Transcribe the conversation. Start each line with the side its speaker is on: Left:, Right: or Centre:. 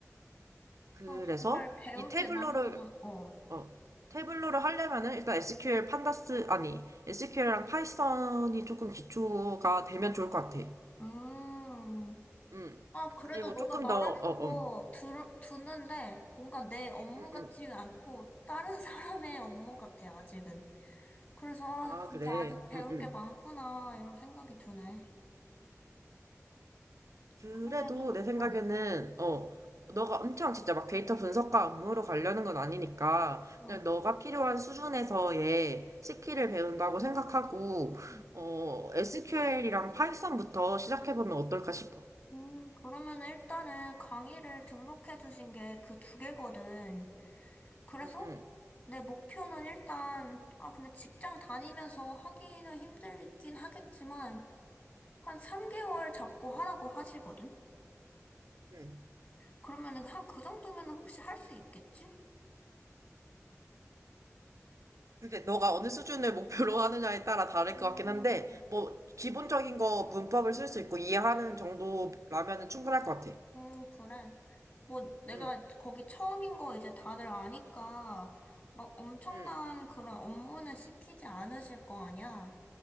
Right: 그래서
Left: 어, 정말 배울
Right: 이 태블러를
Left: 게 많구나. 어.
Right: 어, 태블러를 하려면은 일단 SQL 판다스 아니 SQL랑 파이썬이 조금 기초가 되면 좋을 것 같아.
Left: 음.
Right: 음.
Left: 아, 그래도
Right: 그리고
Left: 너가
Right: 조금
Left: 말하는
Right: 더 어,
Left: 거
Right: 어. 음,
Left: 들, 듣는데 뭔가 내 업무
Right: 음.
Left: 같지가 않고 다른 <laughs> 사람의 업무 같아, 아직은. 그래서, 아,
Right: 아,
Left: 진짜
Right: 그래.
Left: 아직 배울
Right: 음, 음.
Left: 게 많구나, 이런 생각이 드네.
Right: 그래도
Left: 그러면은,
Right: 내 생각에는,
Left: 어,
Right: 어, 너가 엄청 진짜 막 데이터 분석과 업무로 가려는 건 아니니까,
Left: 어.
Right: 그냥 너가 필요한 수준에서의 스킬을 배운다고 생각하고,
Left: 음,
Right: 어, SQL이랑 파이썬부터 시작해보면 어떨까 싶어.
Left: 음, 그러면은 일단은 강의를 등록해 주신 게 그 두 개거든. 그래서
Right: 응, 응,
Left: 내 목표는 일단, 아, 근데 직장 다니면서 하기는 힘들긴 하겠지만, 한 3개월 잡고 하라고 하시거든.
Right: 응.
Left: 그러면은 한 그 정도면은 혹시 할 수 있겠지?
Right: 그게 너가 어느 수준을 목표로 하느냐에 따라 다를
Left: 음,
Right: 것 같긴 한데, 뭐, 기본적인 거 문법을 쓸 수 있고 이해하는 정도라면은 충분할 것 같아.
Left: 음, 그래. 뭐 내가
Right: 응,
Left: 거기 처음인 거 이제 다들 아니까 막 엄청난
Right: 응,
Left: 그런 업무는 시키지 않으실 거 아니야.